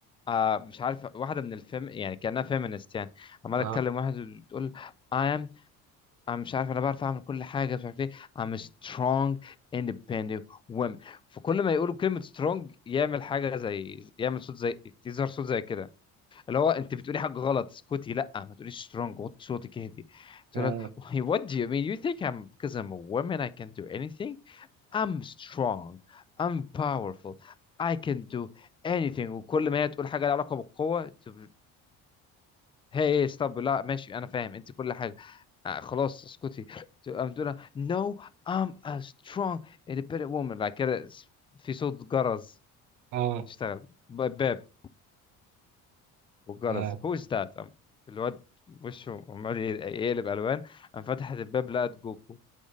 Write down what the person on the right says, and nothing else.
اه
اه
اه
اه